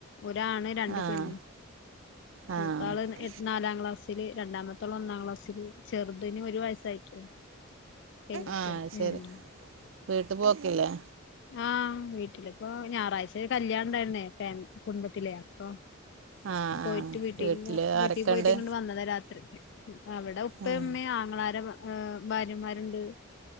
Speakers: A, on the left; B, on the right.
A: ഒരാണ് രണ്ട്
B: ആഹ്
A: പെണ്ണ്.
B: ആഹ്
A: മൂത്താള് നാലാം ക്ലാസ്. രണ്ടാമത്തോള് ഒന്നാം ക്ലാസ്സില് ചെറുതിന് ഒരു വയസ്സായിട്ടുള്ളു. പെൺകുട്ടിയാണ്
B: ആ ശരി
A: ഉം
B: വീട്ട് പോക്കില്ലേ?
A: ആ വീട്ടിലിപ്പോ ഞായറാഴ്ചരു കല്യാണം ഇണ്ടായിരുന്നേ കുടുംബത്തിലെ അപ്പൊ.
B: ആഹ്
A: പോയിട്ട്
B: ആഹ്
A: വീട്ടീന്ന്
B: വീട്ടില്
A: വീട്ടീ
B: ആരൊക്കെണ്ട്
A: പോയിട്ടിങ്ങട് വന്നതാ രാത്രി. അവിടെ ഉപ്പമ്മേ
B: ആഹ്
A: ആങ്ങളാര ഏ ഭാര്യമാരുണ്ട്.